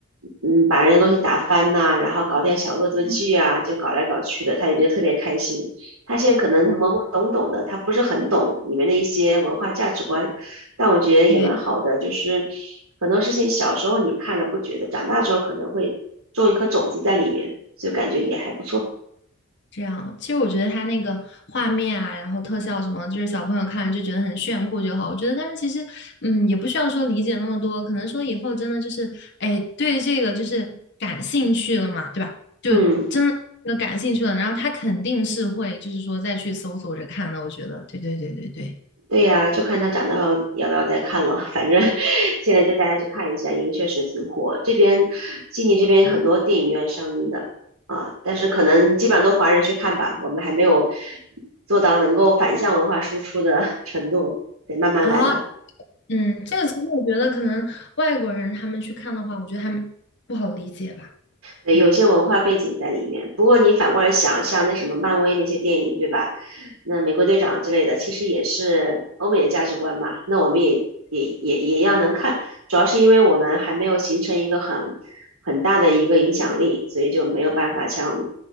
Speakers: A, on the right; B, on the left.
A: 嗯，把人的东西打翻呐、然后搞点小恶作剧啊，
B: 嗯
A: 就搞来搞去的，他也就特别开心。他现在可能懵懵懂懂的，
B: 对
A: 他不是很懂里面的一些文化价值观，但我觉得也蛮好的，
B: 对，
A: 就是很多事情小时候你看了不觉得，长大之后可能会种一颗种子在里面，就感觉也还不错。
B: 这样。其实我觉得他那个画面啊，然后特效什么，就是小朋友看了就觉得很炫酷就好。我觉得他们其实，嗯，也不需要说理解那么多，可能说以后真的就是，哎，对这个就是感兴趣了嘛，对吧？就真的就感兴趣了，
A: 嗯。
B: 然后他肯定是会，就是说再去搜索着看的。我觉得，对对对对对。
A: 对呀，就看他长大后要不要再看了。反正 <laughs> 现在就带他去看一下，因为确实挺火。这边悉尼这边很多电影院上映的啊，
B: 嗯。
A: 但是可能基本上都华人去看吧，我们还没有做到能够反向文化输出的 <laughs> 程度，得慢慢来了。
B: 啊，嗯，这个其实我觉得可能外国人他们去看的话，我觉得还不好理解吧，
A: 对，
B: 对吧？
A: 有些文化背景在里面。不过你反过来想，像那什么漫威那些电影，对吧？那美国队长之类的，其实也是欧美的价值观嘛。那我们也也也也一样能看，主要是因为我们还没有形成一个很很大的一个影响力，所以就没有办法像